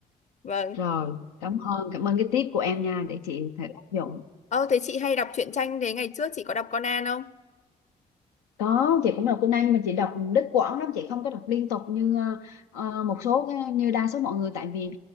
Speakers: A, on the left; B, on the left.
A: <laughs> vâng
B: rồi cảm ơn cảm ơn cái tip của em nha để chị thử áp dụng
A: ờ thế chị hay đọc truyện tranh thế ngày trước chị có đọc Conan không
B: có chị cũng đọc Tuấn Anh mà chị đọc đứt quãng lắm chị không có đọc liên tục như ờ, một số cái- như đa số mọi người tại vì